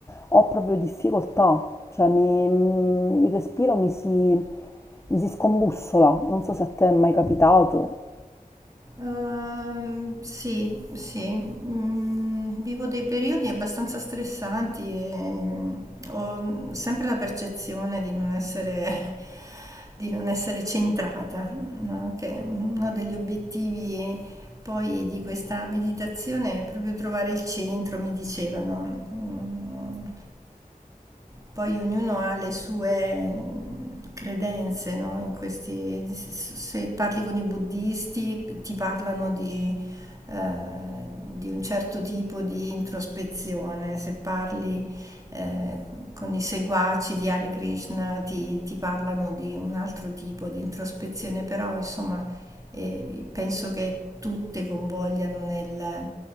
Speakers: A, on the left; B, on the right.
A: ho proprio difficoltà, cioè mi- mm, il respiro mi si, mi si scombussola, non so se a te è mai capitato.
B: Ehm, sì, sì, Mm, vivo dei periodi abbastanza stressanti e mm, ho sempre la percezione di non essere, <laughs> di non essere centrata, no? Che uno degli obiettivi poi di questa meditazione è proprio trovare il centro, mi dicevano. Mm, poi ognuno ha le sue mm, credenze, no? In questi- se parli con i buddisti ti parlano di, eh, di un certo tipo di introspezione, se parli eh, con i seguaci di Hare Krishna ti, ti parlano di un altro tipo di introspezione, però insomma eh, penso che tutte convogliano nel